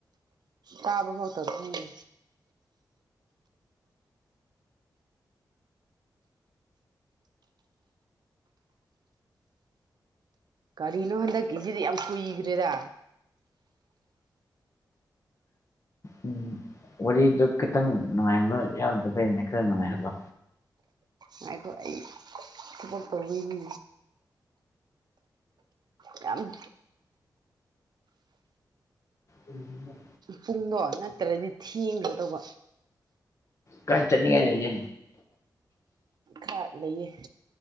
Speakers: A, on the right (about 65°); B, on the left (about 40°).
A: ꯇꯥꯕ ꯍ ꯇ ꯑꯗꯨꯅꯦ ꯀꯔꯤꯅꯣ ꯍꯟꯗꯛꯀꯤꯁꯤꯗꯤ ꯌꯥꯝ ꯀꯨꯏꯈ꯭ꯔꯦꯗ
B: ꯎꯝ ꯋꯥꯔꯤꯗꯨ ꯈꯤꯇꯪ ꯅꯨꯡꯉꯥꯏꯕ ꯌꯥꯎꯗꯕꯩꯅꯦ ꯈꯔ ꯅꯨꯡꯉꯥꯏꯍꯜꯂꯣ
A: ꯉꯥꯏꯈꯣ ꯑꯩ ꯊꯕꯛ ꯇꯧꯔꯤꯅꯦ ꯌꯥꯝ
B: ꯎꯝ
A: ꯄꯨꯡꯗꯣ ꯅꯠꯇ꯭ꯔꯗꯤ ꯊꯦꯡꯒ꯭ꯔ ꯇꯧꯕ
B: ꯀꯥꯏ ꯆꯠꯅꯤꯉꯥꯏ ꯂꯩꯒꯦ
A: ꯈꯥ ꯂꯩꯌꯦ